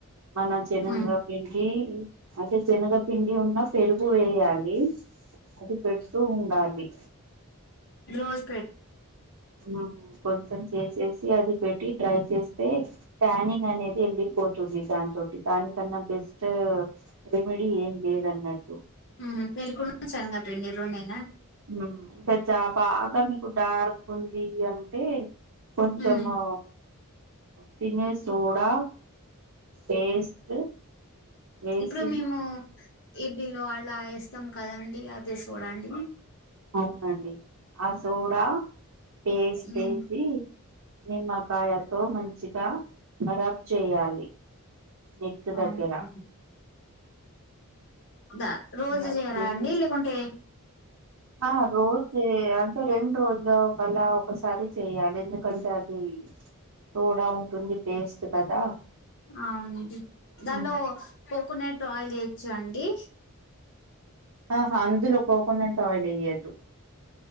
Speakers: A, on the right (about 80°); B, on the left (about 55°).
A: మన శనగపిండి
B: ఉమ్
A: అంటే శనగపిండి ఉన్న పెరుగు వేయాలి అది పెడుతూ ఉండాలి
B: రోజ్
A: మా కొర్సం చేసే అది పెట్టి డ్రై చేస్తే టానింగ్ అనేది వెళ్ళిపోతుంది దానితోటి దానికన్నా స్ట్ రెమెడీ ఏం లేదన్నట్టు
B: ఉ పెరుగును శనగపిండి రెండే
A: ఉ ఇంకా జాబా మీకు డార్క్ ఉంది అంటే కొంచము
B: ఉమ్
A: తినే సోడా పేస్ట్ వేసి
B: ఇప్పుడు మేము ఇడ్లీలో అలా వేస్తాం కదండి అదే షోడ అండి
A: అవునండి ఆ సోడా పేస్ట్
B: ఉమ్
A: ఏసి నిమ్మకాయతో మంచిగా రబ్ చేయాలి. నెక్
B: ఆహ
A: దగ్గర
B: దా రోజు
A: అలా
B: ఏరా
A: చేసిన
B: నీళ్లు గుంటే
A: ఆ రోజే అంటే రెండు రోజుల ఒక గలా ఒకసారి చెయాలి ఎందుకంటే అది సోడా ఉంటుంది పేస్ట్ కదా
B: అవుండి దానిలో
A: ఉమ్.
B: కోకోనట్ ఆయిల్ వేయచ్చ అండి
A: ఆహా అందులో కోకోనట్ ఆయిల్ ఏయ్యదు